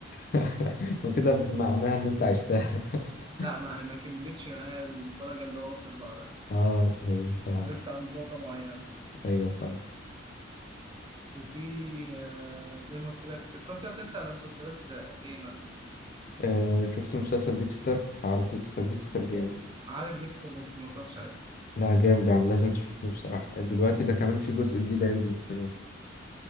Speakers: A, on the left; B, on the right.
A: <laughs> ما كده بمعناها إن أنت عشتها <laughs>
B: لا ما ما كملتش معايا الدرجة اللي هو وصل لها لا
A: اه أيوة فاهم
B: وقفت عند نقطة معينة
A: أيوة فاهم
B: وفي آه، زي ما قلت لك اتفرجت مثلا انت على مسلسلات آه، ايه مثلا
A: آه شفت مسلسل ديكستر عارف ديكستر ديكستر جامد
B: عارف ديكستر بس ما اتفرجتش عليه
A: لا جامد يا عم لازم تشوفه بصراحة دلوقتي ده كمان في جزء جديد هينزل السنة دي